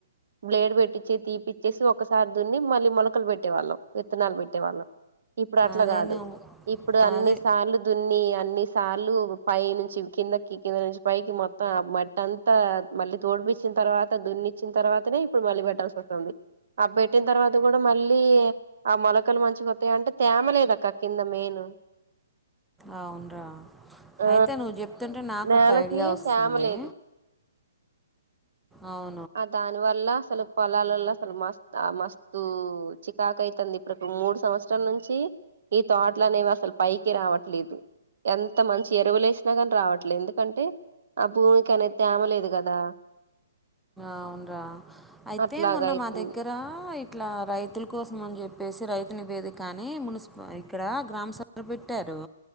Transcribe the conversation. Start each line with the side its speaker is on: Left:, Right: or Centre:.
Right: బ్లేడ్ పెట్టించి తీపిచ్చేసి ఒకసారి దున్ని మళ్ళీ మొలకలు పెట్టేవాళ్ళం విత్తనాలు పెట్టేవాళ్ళం ఇప్పుడు అట్లా
Centre: అదే
Right: కాదు
Centre: నువ్వు
Right: ఇప్పుడు అన్ని
Centre: అదే
Right: సార్లు దున్ని అన్ని చాలు పైనుంచి కిందకి కింద నుంచి పైకి మొత్తం ఆ మట్టి అంతా మళ్లీ తోడిపిచ్చిన తర్వాత దున్నిచ్చిన తర్వాతనే ఇప్పుడు మళ్లీ పెట్టాల్సి వస్తుంది ఆ పెట్టిన తర్వాత కూడా మళ్లీ ఆ మొలకలు మంచిగా వస్తాయి అంటే తేమ లేదా అక్క క్రింద మెయిన్
Centre: అవున్రా
Right: ఆ
Centre: అయితే నువ్వు చెప్తుంటే నాకు
Right: నేలకి
Centre: ఒక ఐడియా వస్తుంది
Right: తేమ లేదు
Centre: అవు
Right: ఆ దాని వల్ల అసలు పొలాలలో అసలు మస్తు ఆ మస్తు చికాకు అయితంది ఇప్పుడు మూడు సంవత్సరాల నుంచి ఈ తోటల అనేవి అసలు పైకి రావట్లేదు ఎంత మంచి ఎరువులే వేసినా కాని రావట్లేదు ఎందుకంటే ఆ భూమికి అనేది తేమ లేదు కదా
Centre: అవున్రా అయితే
Right: అట్లాగ
Centre: మొన్న
Right: అయితుంది
Centre: మా దగ్గర ఇట్లా రైతుల కోసం అని చెప్పేసి రైతుని వేది కాని మున్సిప ఇక్కడ గ్రామ సభలు పెట్టారు